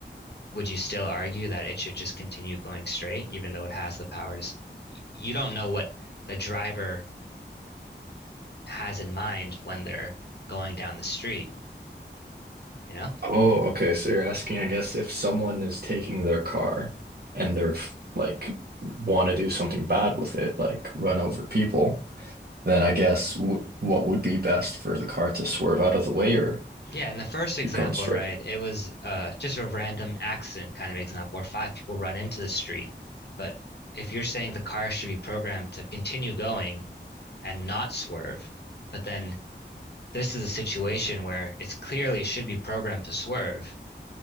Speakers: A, on the left; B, on the right.
A: would you still argue that it should just continue going straight, even though it has the power to? You don't know what the driver has in mind when they're going down the street, you know?
B: Oh, okay. So you're asking, I guess, if someone is taking their car and they're f- like want to do something bad with it, like run over people, then I guess w what would be best for the car to swerve out of the way or
A: Yeah, in the first example,
B: keep going straight?
A: right, it was uh just a random accident kind of example where five people run into the street. But if you're saying the car should be programmed to continue going and not swerve, but then this is a situation where it's clearly should be programmed to swerve